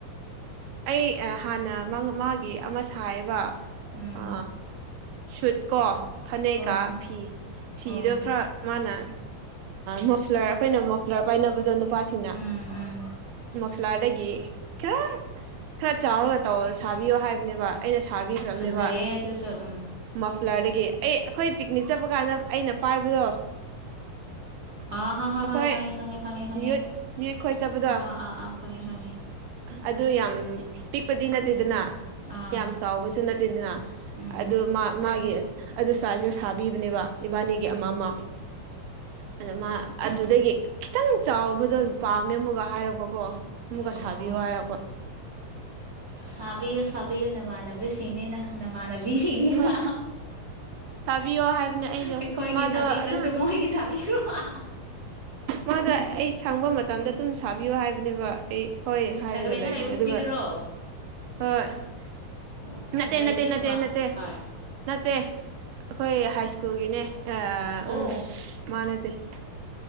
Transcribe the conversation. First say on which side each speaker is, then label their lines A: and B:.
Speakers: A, on the right; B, on the right.
A: ꯑꯩ ꯍꯥꯟꯅ ꯃꯥꯒꯤ ꯑꯃ ꯁꯥ ꯍꯥꯏꯕ
B: ꯎꯝ
A: ꯑ ꯁꯨꯠ ꯀꯣ ꯐꯅꯦꯛꯀꯥ
B: ꯑꯣ
A: ꯐꯤ ꯐꯤꯗꯣ
B: ꯑꯣ
A: ꯈꯔ ꯃꯥꯅ ꯃꯣꯐ꯭ꯂꯔ ꯑꯩꯈꯣꯏꯅ ꯃꯣꯐ꯭ꯂꯔ ꯄꯥꯏꯅꯕꯗꯣ ꯅꯨꯄꯥꯁꯤꯡꯅ
B: ꯎꯝ ꯎꯝ
A: ꯃꯐꯂꯥꯗꯒꯤ ꯈꯔ ꯈꯔ ꯆꯥꯎꯔꯒ ꯇꯧ ꯁꯥꯕꯤꯌꯣ ꯍꯥꯏꯕꯅꯦꯕ ꯑꯩꯅ ꯁꯥꯕꯤꯈ꯭ꯔꯕꯅꯦꯕ
B: ꯐꯖꯩꯌꯦ ꯑꯗꯨꯁꯨ ꯎꯝ
A: ꯃꯥꯐꯂꯥꯔꯗꯒꯤ ꯑꯩ ꯑꯩꯈꯣꯏ ꯄꯤꯛꯅꯤꯛ ꯆꯠꯄ ꯀꯥꯟꯗ ꯑꯩꯅ ꯄꯥꯏꯕꯗꯣ
B: ꯑꯥ ꯍꯣꯏ ꯍꯣꯏ
A: ꯑꯩꯈꯣꯏ
B: ꯍꯣꯏ ꯈꯪꯉꯦ ꯈꯪꯉꯦ ꯈꯪꯉꯦ ꯈꯪꯉꯦ
A: ꯌꯠ ꯌꯏ ꯈꯣꯏ ꯆꯠꯄꯗꯣ
B: ꯑꯥ ꯑꯥ ꯑꯥ ꯈꯪꯉꯦ ꯈꯪꯉꯦ
A: ꯑꯗꯨ ꯌꯥꯝ ꯄꯤꯛꯄꯗꯤ ꯅꯠꯇꯦꯗꯅ
B: ꯑꯥ
A: ꯌꯥꯝ ꯆꯥꯎꯕꯁꯨ ꯅꯠꯇꯦꯗꯅ
B: ꯎꯝ
A: ꯑꯗꯨ ꯃꯥ ꯃꯥꯒꯤ ꯑꯗꯨ ꯆꯁꯦ ꯁꯥꯕꯤꯕꯅꯦꯕ ꯏꯕꯥꯅꯤꯒꯤ
B: ꯎꯝ
A: ꯑꯃ ꯑꯃ ꯑꯗꯨ ꯃꯥ ꯑꯗꯨꯗꯒꯤ ꯈꯤꯇꯪ ꯆꯥꯎꯕꯗꯣ ꯄꯥꯝꯃꯦ ꯑꯃꯒ ꯍꯥꯏꯔꯛꯄꯀꯣ ꯃꯨ ꯀꯁꯕꯤ
B: ꯑꯣ
A: ꯋꯥꯔꯔꯀꯣ
B: ꯁꯥꯕꯤꯌꯨ ꯁꯥꯕꯤꯌꯨ ꯅꯃꯥꯅꯕꯦ ꯁꯤꯡꯅꯤꯅ ꯅꯃꯥꯟꯅꯕꯤꯁꯤꯡꯅꯤꯅ
A: ꯍꯣꯏ ꯁꯥꯕꯤꯌꯣ ꯍꯥꯏꯕꯅꯦ ꯑꯩꯗꯣ
B: ꯑꯩꯈꯣꯏꯒꯤ
A: ꯃꯥꯗꯣ
B: ꯁꯥꯕꯤꯗ꯭ꯔꯁꯨ
A: ꯑꯗꯨꯝ
B: ꯃꯣꯏꯒꯤ ꯁꯥꯕꯤ ꯕꯤꯔ <unintelligible>
A: ꯃꯥꯗ ꯑꯩ ꯁꯪꯕ ꯃꯇꯝꯗ ꯑꯗꯨꯝ ꯁꯥꯕꯤꯌꯣ ꯍꯥꯏꯕꯅꯦꯕ ꯑꯩ ꯍꯣꯏ ꯍꯥꯏꯔꯒ
B: ꯅꯥꯒꯥꯂꯦꯟꯗ
A: ꯂꯩꯕꯅꯦ
B: ꯂꯩꯕ ꯅꯨꯄꯤꯗꯨꯔꯣ
A: ꯑꯗꯨꯒ ꯍꯣꯏ
B: ꯑꯣ
A: ꯅꯠꯇꯦ
B: ꯂꯩꯕꯗꯤ
A: ꯅꯠꯇꯦ ꯅꯠꯇꯦ
B: ꯅꯨꯡꯉꯥꯏ
A: ꯅꯠꯇꯦ
B: ꯀꯥꯏ
A: ꯅꯠꯇꯦ ꯑꯩꯈꯣꯏ ꯍꯥꯏ ꯁ꯭ꯀꯨꯜꯒꯤꯅꯦ
B: ꯑꯣ
A: ꯎꯝ ꯃꯥ ꯅꯠꯇꯦ